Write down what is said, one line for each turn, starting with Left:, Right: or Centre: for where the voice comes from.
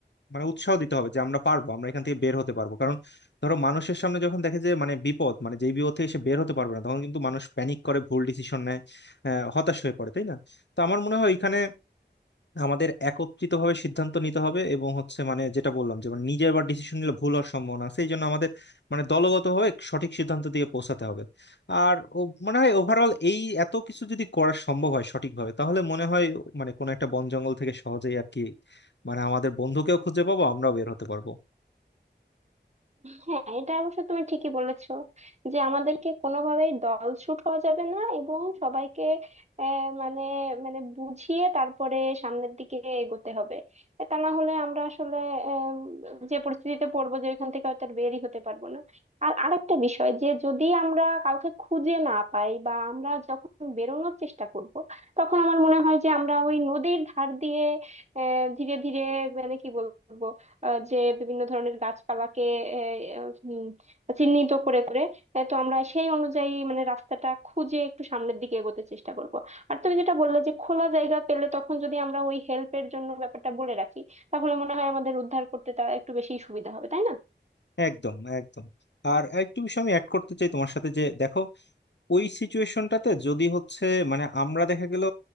Left: মানে উৎসাহ দিতে হবে যে আমরা পারবো আমরা এখান থেকে বের হতে পারবো কারণ ধরো মানুষের সামনে যখন দেখে যে মানে বিপদ মানে যেই বিপদ থেকে সে বের হতে পারবে না তখন কিন্তু মানুষ প্যানিক করে ভুল ডিসিশন নেয় আহ, হতাশ হয়ে পড়ে তাই না তো আমার মনে হয় এখানে আমাদের একত্রিত ভাবে সিদ্ধান্ত নিতে হবে এবং হচ্ছে মানে যেটা বললাম যে মানে নিজে আবার ডিসিশন নিলে ভুল হওয়ার সম্ভাবনা আছে এই জন্য আমাদের মানে দলগত হয়ে সঠিক সিদ্ধান্ত দিয়ে পৌঁছাতে হবে আর ও মনে হয় ওভারঅল এই এত কিছু যদি করা সম্ভব হয় সঠিকভাবে তাহলে মনে হয় মানে কোনো একটা বন জঙ্গল থেকে সহজেই আর কি মানে আমাদের বন্ধুকেও খুঁজে পাবো আমরাও বের হতে পারবো
Right: হ্যাঁ এটা অবশ্য তুমি ঠিকই বলেছো যে আমাদেরকে কোনোভাবেই দল ছুট হওয়া যাবে না এবং সবাইকে আহ, মানে মানে বুঝিয়ে তারপরে সামনের দিকে এগোতে হবে তা না হলে আমরা আসলে আম, যে পরিস্থিতিতে পড়বো যে ওইখান থেকে হয়তো আর বেরই হতে পারবো না আর আরেকটা বিষয় যে যদি আমরা কাউকে খুঁজে না পাই বা আমরা যখন বেরোনোর চেষ্টা করব তখন আমার মনে হয় যে আমরা ওই নদীর ধার দিয়ে আহ, ধীরে ধীরে মানে কি বলবো আহ, যে বিভিন্ন ধরনের গাছপালাকে আহ, উম, চিহ্নিত করে করে আহ, তো আমরা সেই অনুযায়ী মানে রাস্তাটা খুঁজে একটু সামনের দিকে এগোতে চেষ্টা করব আর তুমি যেটা বললে যে খোলা জায়গা পেলে তখন যদি আমরা ওই হেল্পের জন্য ব্যাপারটা বলে রাখি তাহলে মনে হয় আমাদের উদ্ধার করতে তা একটু বেশি সুবিধা হবে তাই না
Left: একদম একদম আর একটু বিষয় আমি অ্যাড করতে চাই তোমার সাথে যে দেখো ওই সিচুয়েশনটাতে যদি হচ্ছে মানে আমরা দেখা গেল